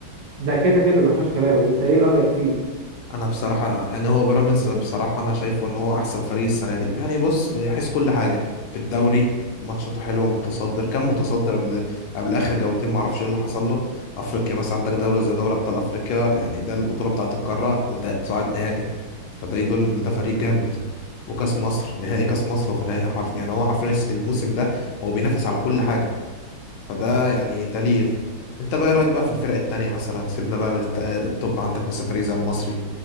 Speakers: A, on the right; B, on the left.
A: ده كده كده ما فيهاش كلام انت ايه رايك فيه
B: انا بصراحه يعني هو بيراميدز بصراحه انا شايفه ان هو احسن فريق السنه دي يعني بص من حيث كل حاجه في الدوري ماتشاته حلوه متصدر كان متصدر قبل قبل اخر جولتين ما اعرفش ايه اللي حصل له افريقيا مثلا عندك دوله زي دوري ابطال افريقيا يعني ده البطوله بتاعه القاره ده صاعد نهائي فده يدل ان ده فريق جامد وكاس مصر نهائي كاس مصر وفي نهائي حرف يعني هو حرفيا الموسم ده هو بينافس على كل حاجه فده يعني دليل انت بقى إيه رايك بقى في الفرق التانية مثلا سيبنا بقى من الت- التوب عندك مثلا فريق زي المصري